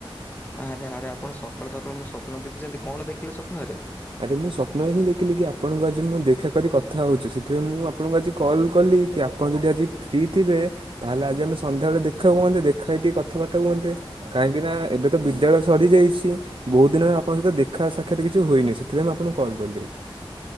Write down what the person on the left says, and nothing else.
ଆରେ ଆରେ ଆପଣ ସକାଳୁ ସକାଳୁ ମୁଁ ସ୍ୱପ୍ନ ଦେଖିଛନ୍ତି। କଣ ଦେଖିଲେ ସ୍ୱପ୍ନରେ